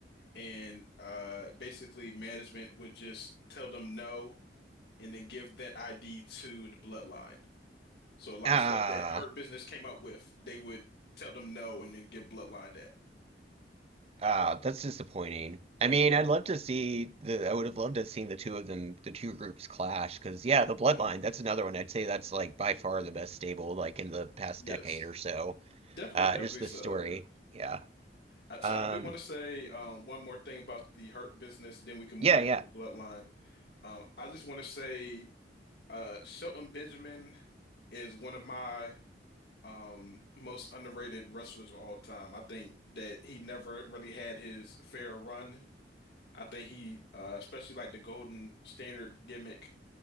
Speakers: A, on the left (about 65°); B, on the right (about 35°).
A: And uh, basically, management would just tell them no and then give that ID to the bloodline. So a lot
B: Ah.
A: of stuff that Hurt Business came up with, they would tell them no and then give bloodline that.
B: Ah, that's disappointing. I
A: Yeah.
B: mean, I'd love to see the, I would have loved to have seen the two of them, the two groups clash, because yeah, the Bloodline,
A: Mhm.
B: that's another one. I'd say that's like by far the best stable, like in the past
A: Yes.
B: decade or so.
A: Definitely,
B: Uh,
A: definitely
B: just the
A: so,
B: story.
A: yeah.
B: Yeah.
A: Uh, So
B: Um,
A: I do want to say um, one more thing about the Hurt Business, then we can move
B: yeah,
A: on
B: yeah.
A: to the bloodline. Um, I just want to say uh, Shelton Benjamin is one of my um most underrated wrestlers of all time. I think that he never really had his fair run. I think he uh especially like the Golden Standard gimmick.